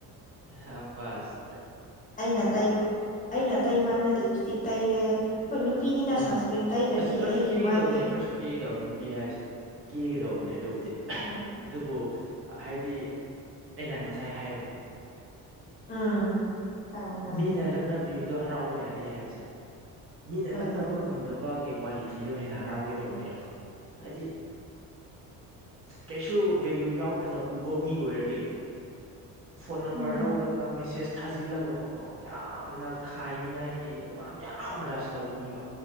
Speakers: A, on the right (about 35°); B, on the left (about 20°).
A: ꯍꯥꯕꯁ
B: ꯑꯩꯅ ꯇꯩꯕ ꯑꯩꯅ ꯇꯩꯕ ꯍꯥꯏꯔꯗꯤ ꯂꯤꯞ ꯏꯁꯇꯤꯛ ꯇꯩꯔꯦ ꯍꯣꯏ ꯅꯨꯄꯤꯅꯤꯅ
A: ꯎꯝ
B: ꯁꯟꯁꯀ꯭ꯔꯤꯟ ꯇꯩꯗ꯭ꯔꯗꯤ
A: ꯈꯔꯁꯨ
B: ꯑꯩꯒꯤ
A: ꯀꯦꯒꯤꯗꯧꯕꯅꯦ
B: ꯃꯥꯏꯁꯦ
A: ꯈꯔꯁꯨ ꯀꯦꯒꯤꯗꯧꯕꯅꯤ ꯅꯨꯄꯤ ꯍꯥꯏꯕꯁꯦ ꯀꯤꯒꯗꯧꯕꯅꯦ ꯑꯗꯨꯕꯨꯗꯤ
B: ꯎꯝ
A: ꯑꯗꯨꯕꯨ ꯍꯥꯏꯕꯗꯤ ꯑꯩꯅ ꯉꯁꯥꯏ ꯍꯥꯏꯕꯗꯣ
B: ꯎꯝ ꯈꯪꯉꯦ ꯈꯪꯉꯦ
A: ꯃꯤꯅ ꯂꯛꯅꯕꯤꯕꯗꯣ ꯍꯔꯥꯎꯕ ꯌꯥꯗꯦ ꯍꯥꯏꯕꯁꯦ ꯃꯤꯅ
B: ꯍꯣꯏꯅꯦ
A: ꯂꯛ ꯉꯝꯗꯕꯒꯤ ꯀ꯭ꯋꯥꯂꯤꯇꯤꯗꯣ ꯍꯦꯟꯅ ꯍꯔꯥꯎꯒꯗꯧꯕꯅꯦꯕ ꯍꯥꯏꯗꯤ ꯀꯩꯁꯨ ꯚꯦꯂꯌꯨ ꯌꯥꯎꯗꯅ ꯎꯕ ꯃꯤ ꯑꯣꯏꯔꯗꯤ ꯐꯣꯟ ꯅꯝꯕꯔ
B: ꯎꯝ
A: ꯂꯧꯔꯒ ꯃꯦꯁꯦꯁ ꯊꯥꯖꯤꯜꯂꯒꯀꯣ ꯌꯥꯝꯅ ꯈꯥꯏꯅꯤꯡꯉꯥꯏꯒꯤ ꯅꯨꯄꯥ ꯃ ꯌꯥꯝ ꯔꯁ ꯇꯧꯕꯅꯤꯕ